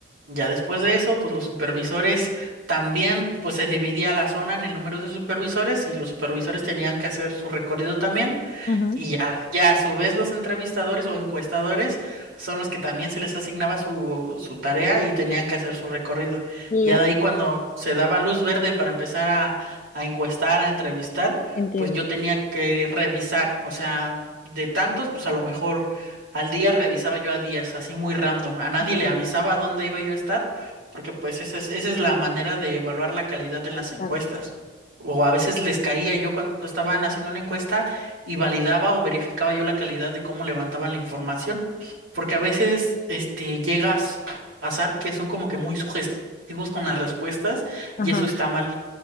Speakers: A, on the right; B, on the left.
A: Ya después de eso, pues los supervisores también, pues se dividía la zona en el número de supervisores y los supervisores tenían que hacer su recorrido también.
B: ujú,
A: Y ya, ya a su vez los entrevistadores o encuestadores son los que también se les asignaba su, su tarea y tenían que hacer su recorrido.
B: Y
A: Ya
B: yo
A: de ahí cuando se daba luz verde para empezar a, a encuestar, a entrevistar,
B: entiendo,
A: pues yo tenía que revisar. O sea, de tantos, pues a lo mejor al día revisaba yo a 10, así muy random. A nadie
B: ujú,
A: le avisaba a dónde iba yo a estar, porque pues esa es, esa es la manera de evaluar la calidad en las encuestas.
B: claro.
A: O a veces les caía yo cuando estaban haciendo una encuesta y validaba o verificaba yo la calidad de cómo levantaban la información, porque a veces este llegas a pasar que son como que muy sugestivos con las respuestas
B: Ajá,
A: y eso está mal.